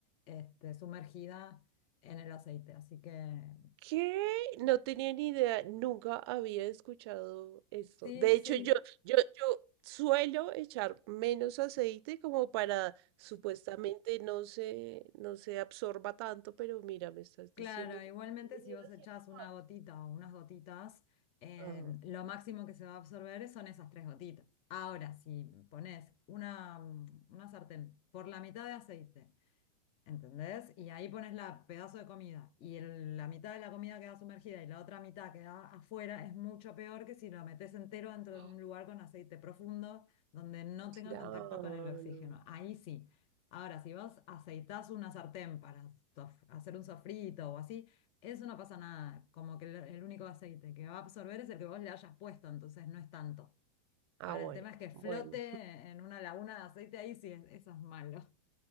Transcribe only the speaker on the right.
¿Qué? No tenía ni idea, nunca había escuchado esto.
De hecho,
yo, yo, yo suelo echar menos aceite como para supuestamente no se, no se absorba tanto, pero mira, me estás
diciendo que
he
venido
haciendo
mal.
Ah,
ah,
claro.
Ah,
bueno,
bueno,